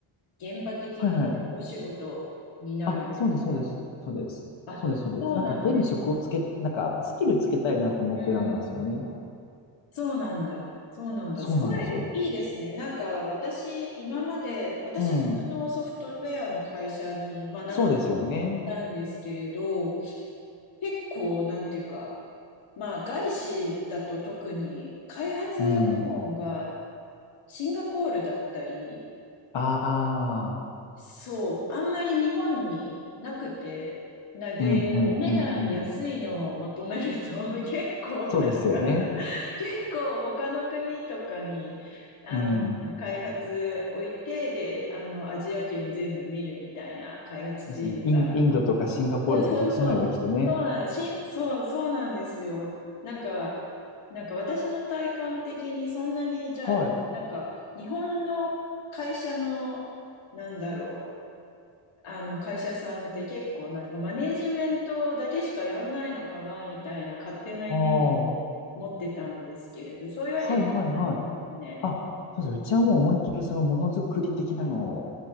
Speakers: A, on the left; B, on the left.
A: 現場的なお仕事になるんですか
B: はいはい。あ、そうです、そうです、そうです。
A: あ、
B: そうです、そうです。
A: そうなんです。
B: なんか手に職をつけ、なんかスキルつけたいなと思って選んだんですよね。
A: うんうんうんそうなんだ。そうなんだ。
B: そうなんですよ。
A: すごいいいですね。なんか私、今まで、私もあのソフトウェアの会社に、
B: うん。
A: まあ、何社か
B: そうですよね。
A: いたんですけれど、結構、なんていうか、まあ、外資だと特に開発部門が
B: うん。
A: シンガポールだったり、
B: ああ。
A: そう、あんまり日本になくて、な、で、
B: うん、うん、
A: お値段安いのをまとめると、
B: うん、うん。
A: <laughs> 結構なんか、
B: そうですよね。
A: 結構他の国とかに、あの、
B: うん。
A: 開発置いて、で、あの、アジア圏全部見るみたいな開発チームが。
B: ですよね。イン、インドとかシンガポールとかそっちの方ですよね、
A: そうそうそう。
B: きっとね。
A: そうなんです。しんそう、そうなんですよ。なんか、なんか私の体感的にそんなに、じゃあ、
B: はい。
A: なんか、日本の会社の、なんだろう、あの会社さんって結構、なんていうか、マネージメントだけしかやんないのかな、みたいな勝手なイメージを持ってたんですけれど、
B: ああ。
A: そういうわけではないんですね。
B: はいはいはい。あ、そうです。うちはもう思いっきりそのものづくり的なのを